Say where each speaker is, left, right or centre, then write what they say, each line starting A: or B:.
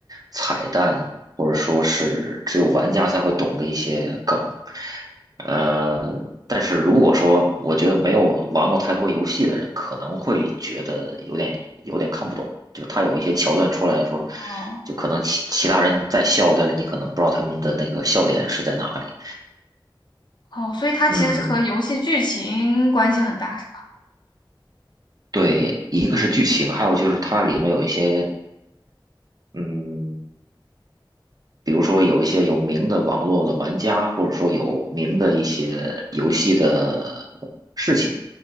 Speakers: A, on the right (about 45°); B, on the left (about 60°).
A: 彩蛋，或者说是只有玩家才会懂的一些梗。呃，但是如果说我觉得没有玩过太多游戏的人，可能会觉得有点有点看不懂，就他有一些桥段出来的时候，
B: 哦
A: 就可能其其他人在笑，但是你可能不知道他们的那个笑点是在哪里。
B: 哦，所以它其实是和游戏剧情关系很大，
A: 嗯，
B: 是吧？
A: 对，一个是剧情，还有就是它里面有一些嗯比如说有一些有名的网络的玩家，或者说有名的一些游戏的事情，